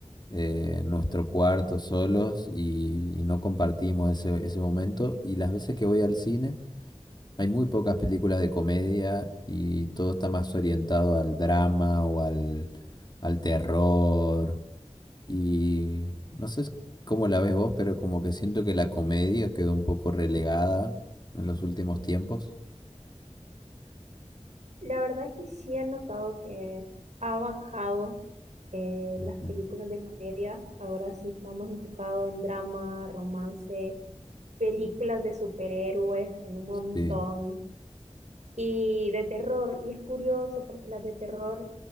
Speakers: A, on the left; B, on the right.
A: eh, en nuestro cuarto solos y, y no compartimos ese, ese momento. Y las veces que voy al cine hay muy pocas películas de comedia y todo está más orientado al drama o al, al terror y no sé cómo la ves vos, pero como que siento que la comedia quedó un poco relegada en los últimos tiempos.
B: La verdad es que sí he notado que ha bajado eh,
A: Ujú.
B: las películas de comedia. Ahora sí estamos enfocados en drama, romance, películas de superhéroes, hay un montón.
A: Sí.
B: Y de terror, y es curioso porque las de terror